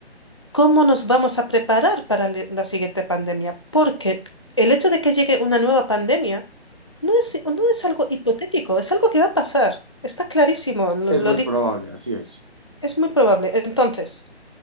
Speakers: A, on the left; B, on the right.
A: cómo nos vamos a preparar para li- la siguiente pandemia, porque el hecho de que llegue una nueva pandemia no es, no es algo hipotético, es algo que va a pasar. Está clarísimo, lo,
B: Es
A: lo
B: muy
A: dice,
B: probable, así es,
A: es muy probable. Entonces,